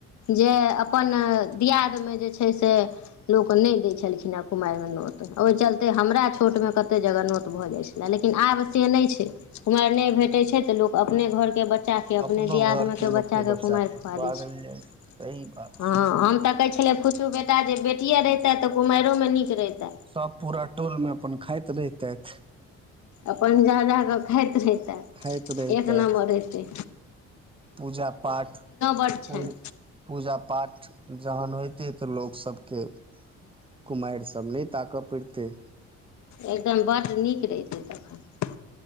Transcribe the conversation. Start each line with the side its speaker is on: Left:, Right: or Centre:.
Left: जे अपन दियादमे जे छै से लोक नय दै छलखिन हेँ कुमारिमे नोत ओय चलते हमरा छोट मे कते जगह नौत भऽ जाइ छलै लेकिन लेकिन आब से नहि छै कुमायर नय भेटै छै तऽ लोक अपने घरके ब बच्चाके अपने
Right: अपनो
Left: दियादमे
Right: घर के लोक
Left: बच्चाके
Right: के बच्चा
Left: कुमारि
Right: के
Left: खुआ दै छै
Right: देल जाइ सही बात
Left: हँ हम तऽ कहै छलिए किुछु बेटा जे बेटियए रहितै तऽ कुमाररोमे नीक रहितै
Right: सभ पूरा टोलमे अपन खाइत रहितेथ
Left: अपन जा जा कऽ खाइत रहितै
Right: खाइत रहितैथ
Left: एक नम्बर रयतै
Right: पूजा पाठ
Left: बड्ड
Right: पू
Left: छनि
Right: पूजा पाठ जहन होइतै तऽ लोक सभके कुमायर सब नय ताकपड़तै
Left: एकदम बड नीक रहिते तब